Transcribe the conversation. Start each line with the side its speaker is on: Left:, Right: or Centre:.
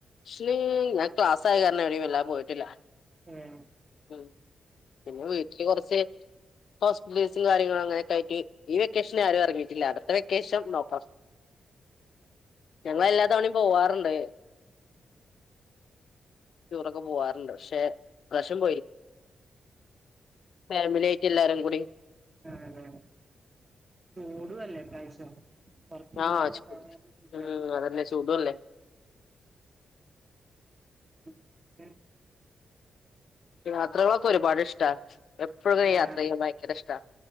Left: ഷീ ഞാൻ ക്ലാസ്സ് ആയ കാരണം എവിടെും വല്ലാ പോയിട്ടില്ല
Right: ഉം
Left: ഉം പിന്നെ വീട്ടില് കുറച്ച് ഹോസ്പിറ്റല് കേസും കാര്യം അങ്ങനെയൊക്കെ ആയിട്ട് ഈ വെക്കേഷൻ ആരും ഇറങ്ങിയിട്ടില്ല അട് ത്ത വെക്കേഷൻ നോക്കാം ഞങ്ങളെല്ലാ തവണിം പോവാറുണ്ട്. ടൂറൊക്കെ പോവാർ ക്ഷെ ഇപ്രാശം പോയി. ഫാമിലി ആയിട്ട് എല്ലാരും കൂടി.
Right: ആ അതെ ചൂടുവല്ലേ പ്രാവശ്യം. വർക്ക്യ്യാൻ
Left: ആഹ്
Right: ന്നും
Left: ചൂട്
Right: പോണില്ലേ?
Left: ഉം അതന്നെ ചൂടുല്ലേ
Right: ഉം. ഏാ
Left: യാത്രകളൊക്കെ ഒരുപാട് ഇഷ്ടാ. എപ്പോഴും
Right: ആഹ
Left: യാത്ര ചെയ്യാൻ ഭയങ്കര ഇഷ്ടാ